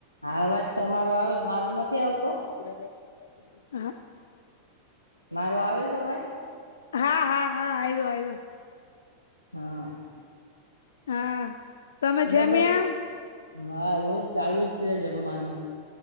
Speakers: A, on the left; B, on the left.
A: આ અવાજ તમારો આવે, મારો નથી આવતો?
B: <unintelligible>
A: મારો આવે છે અવાજ
B: હા હા હા આવ્યો આવ્યો
A: હા
B: હા તમે
A: ને
B: જમ્યા
A: તો, હ, એવું ચાલુ જ છે જમવાનું.